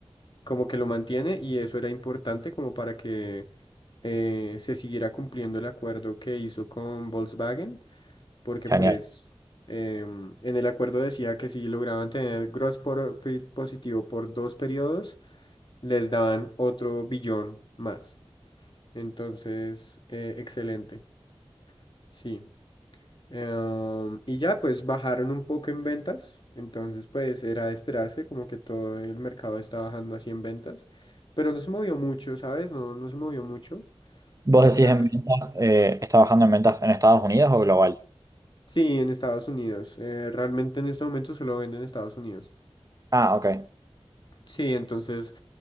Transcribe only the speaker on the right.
genial.
¿Vos
decís en ventas, eh, estás trabajando en ventas en Estados Unidos o global?
Ah, ok.